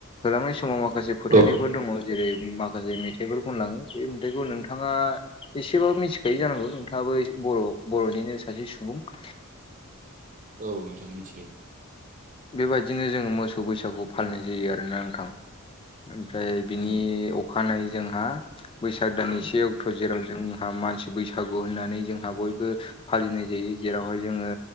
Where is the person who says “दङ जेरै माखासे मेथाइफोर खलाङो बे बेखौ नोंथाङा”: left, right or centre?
Left